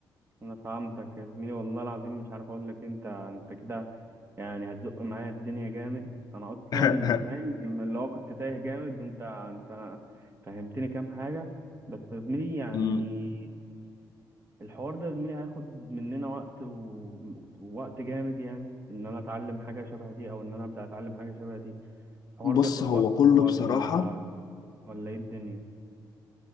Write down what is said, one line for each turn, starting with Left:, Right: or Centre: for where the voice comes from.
Right: انا فهمتك يا زميلي والله العظيم مش عارف اقول لك إيه. انت انت كده يعني هتزق معايا الدنيا جامد انا اصلا
Left: <laughs>
Right: فاهم لما اللي هو كنت تايه جامد وانت انت فهمتني كام حاجه بس يا زميلي يعني
Left: مم.
Right: الحوار ده يا زميلي هياخد مننا وقت و- ووقت جامد يعني ان انا اتعلم حاجه شبه دي او ان انا ابدا اتعلم حاجه شبه دي الحوار
Left: بص
Right: بياخد
Left: هو
Right: وقت
Left: كله
Right: ولا
Left: بصراحه
Right: ولا ايه الدنيا